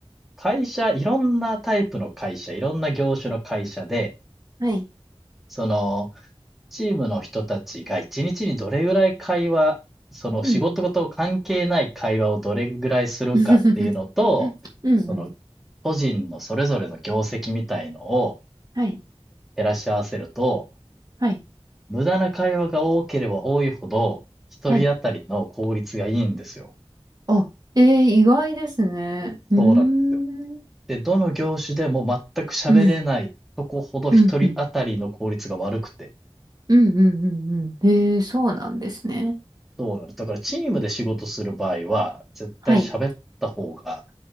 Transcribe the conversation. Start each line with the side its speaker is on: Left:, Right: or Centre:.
Centre: 会社、いろんなタイプの会社、いろんな業種の会社で、
Right: はい。
Centre: そのチームの人たちが一日にどれぐらい会話、その仕事と関係ない会話をどれぐらいするかっていうのと、
Right: うんうん。<laughs> うんうん。
Centre: その、個人のそれぞれの業績みたいのを
Right: はい。
Centre: 照らし合わせると、
Right: はい。
Centre: 無駄な会話が多ければ多いほど、一人当たりの効率がいいんですよ。
Right: はい。あ、えー、意外ですね。うーん。
Centre: そうなんですよ。で、どの業種でも全く喋れないとこほど一人当たりの効率が悪くて。
Right: うん。うん。うん。うんうんうんうん。えー、そうなんですね。
Centre: そうなんです。だからチームで仕事する場合は、絶対喋った方が
Right: はい。